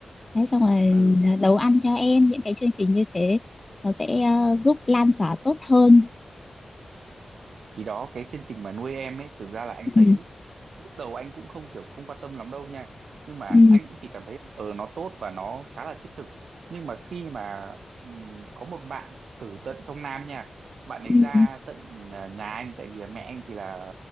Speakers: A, on the left; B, on the right.
A: Đấy, xong rồi
B: Ừ.
A: à, nấu ăn cho em những cái chương trình như thế nó sẽ ờ, giúp lan tỏa tốt hơn
B: thì đó cái chương trình mà nuôi em ấy thực ra là anh
A: ừ
B: thấy lúc đầu anh cũng không kiểu không quan tâm lắm đâu nha nhưng mà
A: ừ
B: anh cũng chỉ cảm thấy ờ nó tốt và nó khá là thiết thực nhưng mà khi mà ừm, có một bạn từ tận trong Nam nha bạn ấy
A: ừ
B: ra tận à, nhà anh tại vì là mẹ anh thì là